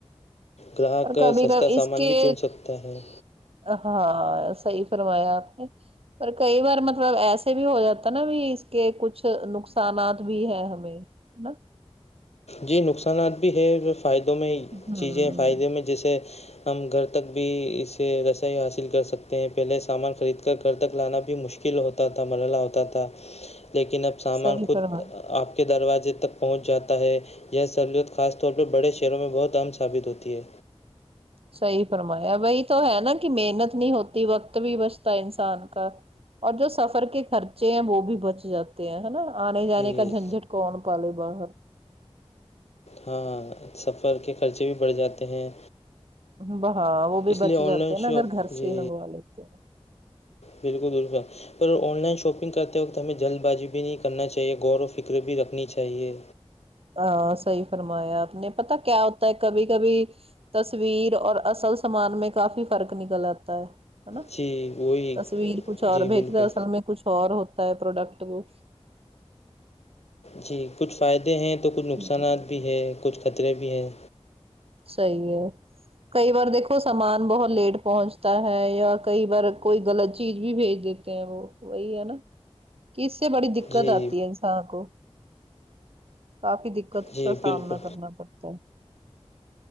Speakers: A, on the left; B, on the right.
A: گراہک
B: کبھی
A: سستا
B: کبھی اس
A: سامان
B: کے
A: بھی چن سکتا ہے
B: ہاں صحی فرمایا آپ نے پر کئی بار مطلب ایسے بھی ہو جاتا نا بھی اس کے کچھ نقصانات بھی ہے ہمیں نہ <inaudible> <unintelligible>
A: جی نقصانات بھی ہے فائدوں میں
B: ہوں
A: چیزیں فائدے میں جیسے ہم گھر تک بھی اسے رسائی حاصل کر سکتے ہیں پہلے سامان خرید کر گھر تک لانا بھی مشکل فیل ہوتا تھا مرحلہ ہوتا تھا لیکن اب سامان
B: صحیح
A: خود
B: فرما
A: آپ کے دروازے تک پہنچ جاتا ہے یہ سہولت خاص طور پہ بڑے شہروں میں بہت ام ثابت ہوتی ہے
B: صحی فرمایا بی تو ہے نا کہ محنت نہیں ہوتی وقت بھی بچتا انسان کا اور جو سفر کے خرچے ہیں وہ بھی بچ جاتے ہیں نا آنے جانے
A: جی
B: کا جھنجٹ کون پالے باہر
A: ہاںاں سفر کے خرچے بھی بڑھ جاتے ہیں
B: ب ہاں وہ بھی
A: اس
B: بچ
A: لیے آن
B: جاتے
A: لائن
B: ہیں
A: شاپ
B: نا اگر گھر
A: جی
B: سے ہی منگوا لیتے ہیں
A: بالکل بکا <unintelligible> <unintelligible> اور آن لائن شاپنگ کرتے وقت ہمیں جلد بازی بھی نہیں کرنا چاہیے غور و فکر بھی رکھنی چاہیے
B: ہ صحیح فرمایا آپ نے پتا کیا ہوتا ہے کبھی کبھی تصویر اور اصل سامان میں کافی فرق نکل آتا ہے ہے نا
A: جی وہی
B: تصویر کچھ اور
A: جی
B: بھیجتا
A: بالکل
B: اصل میں کچھ اور ہوتا ہے پروڈکٹ کو
A: جی کچھ فائدے ہیں تو کچھ
B: وہ
A: نقصانات بھی ہے کچھ خطرے بھی ہیں
B: صی ہے کئی بار دیکھو سامان بہت لیٹ پہنچتا ہے یا کئی بار کوئی غلط چیز بھی بھیج دیتی ہیں وہ وہی ہے نا اس سے بڑی دقت
A: جی
B: آتی ہے انسان کو کافی دق دقت
A: جی
B: کا سامنا
A: بالکل
B: کرنا پڑتا ہے